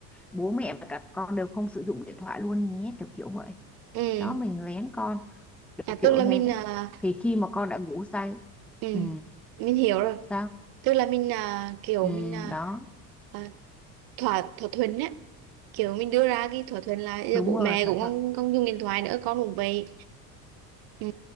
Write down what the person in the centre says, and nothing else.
bố mẹ và cả con đều không sử dụng điện thoại luôn nhé kiểu kiểu vậy
đó mình lén con kiểu
kiểu
thế
thì khi mà con đã ngủ say
ừ,
sao
Ừ,
đó
đúng
rồi
thỏa
thuận